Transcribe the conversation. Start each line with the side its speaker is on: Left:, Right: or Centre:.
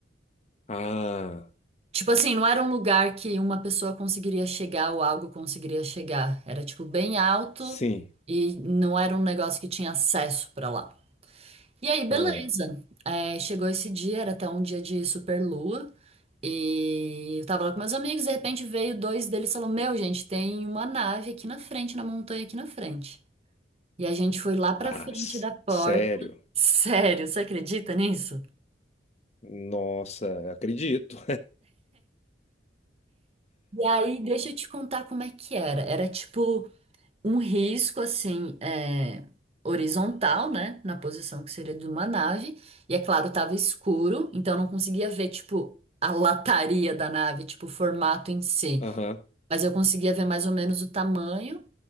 Left: Ah,
Right: Tipo assim, não era um lugar que uma pessoa conseguiria chegar ou algo conseguiria chegar. Era tipo bem alto
Left: sim.
Right: e não era um negócio que tinha acesso pra lá. E aí, beleza.
Left: Ah,
Right: É, chegou esse dia, era até um dia de super lua. E eu tava lá com meus amigos, de repente veio dois deles e falou: Meu, gente, tem uma nave aqui na frente, na montanha aqui na frente. E a gente foi lá pra
Left: ah,
Right: frente
Left: s-
Right: da porta.
Left: sério?
Right: Sério, você acredita nisso?
Left: Nossa, acredito.
Right: E aí, deixa eu te contar como é que era. Era tipo um risco assim é, horizontal, né, na posição que seria de uma nave, e é claro, tava escuro, então eu não conseguia ver tipo a lataria da nave, tipo o formato em si,
Left: <laughs> Aham.
Right: mas eu conseguia ver mais ou menos o tamanho.